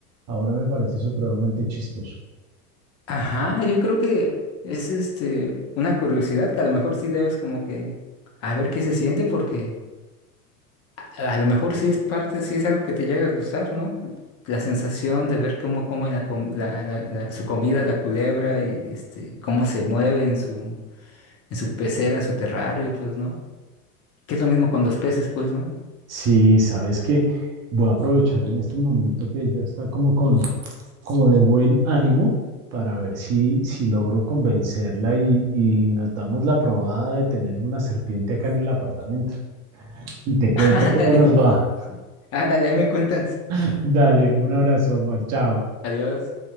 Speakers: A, on the right; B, on the left.
A: ahora me parece supremamente chistoso.
B: Ajá, yo creo que es este una curiosidad que a lo mejor sí debes como que a ver qué se siente porque A lo mejor sí es parte, sí es algo que te llega a gustar, ¿no? La sensación de ver cómo come la, com- la- la- la- su comida, la culebra, y este, cómo se mueve en su, en su pecera, en su terrario, pues, ¿no? Que es lo mismo con los peces, pues, ¿no?
A: Sí, sabes que voy a aprovechar en este momento que ya está como con, como de buen ánimo para ver si, si logro convencerla y, y nos damos la probada de tener una serpiente acá en el apartamento. Y te cuento
B: <laughs> Ándale,
A: cómo nos va.
B: ándale, ahí me cuentas.
A: <laughs> Dale, un abrazo, Omar, chao.
B: Adiós.